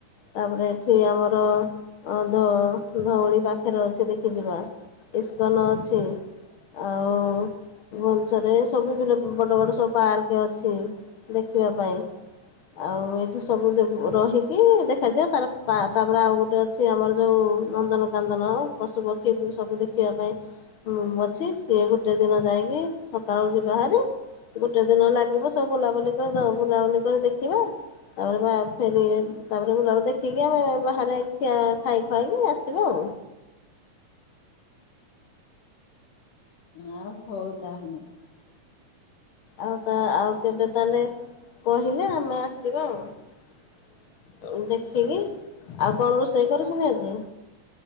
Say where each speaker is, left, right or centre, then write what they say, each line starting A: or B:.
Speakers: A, on the left; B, on the left.
A: ତାପରେ ଏଠି ଆମର ଅ ଧ ଧଉଳି ପା ପାଖରେ ଅଛି ଦେଖି ଯିବା ଇସ୍କନ ଅଛି ଆଉ ଭବନେଶ୍ୱରେ ସବୁ ବଡ ବଡ ସବୁ ପାର୍କ ଅଛି ଦେଖିବା ପାଇଁ। ଆଉ ଏଇଠି ସବୁ ରହିକି ଦେଖାଯାଏ ତାର ତାପରେ ଆଉ ଗୋଟେ ଅଛି ଆମର ଯୋଉ ନନ୍ଦନକନ୍ଦନ ପଶୁପକ୍ଷୀ ସବୁ ଦେଖିବା ପାଇଁ ଅଛି ସିଏ ଗୋଟେ ଦିନ ଯାଇକି ସକାଳୁ ଯ ବାହାରି ଗୋଟେ ଦିନ ଲାଗିବ ସବୁ ବୁଲାବୁଲି କରିଦବ। ବୁଲାବୁଲି କରି ଦେଖିବା ତାପରେ ଭା ଫେ ତାପରେ ବୁଲାବୁଲି ଦେଖିକି ଆମେ ବାହାରେ ଖିୟା ଖାଇ ଖୁଆଇକି ଆସିବା ଆଉ।
B: ଆ ହଉ ତାହେଲେ।
A: ଆଉ ତା ଆଉ କେବେ ତାହେଲେ କହିଲେ ଆମେ ଆସିବା ଆଉ ଦେଖିକି। ଆଉ କଣ ରୋଷେଇ କରଛ? ନେବି।